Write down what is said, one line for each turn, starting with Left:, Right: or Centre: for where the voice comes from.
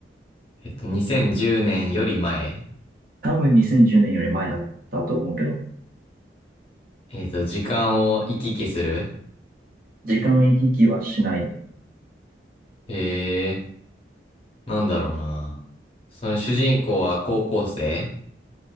Left: えっと、2010年より前
Right: 多分2010年より前だったと思うけど、
Left: えっと、時間を行き来する
Right: 時間行き来はしない。
Left: ええー、なんだろうな。その主人公は高校生